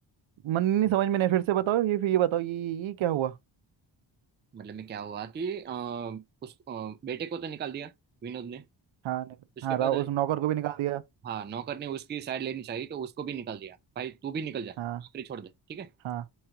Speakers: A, on the right (about 80°); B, on the right (about 25°).
A: मन नहीं समझ में नहीं फिर से बताओ ये फिर ये बताओ ये ये ये क्या हुआ
B: मतलब में क्या हुआ कि अ, उस अ, बेटे को तो निकाल दिया विनोद ने
A: हाँ निक-
B: उसके
A: हाँ राहुल
B: बाद
A: उस नौकर को भी निकाल दिया
B: हाँ नौकर ने उसकी साइड लेनी चाहिए तो उसको भी निकाल दिया भाई तू भी निकल जा नौकरी
A: हाँ
B: छोड़ दे ठीक है
A: हाँ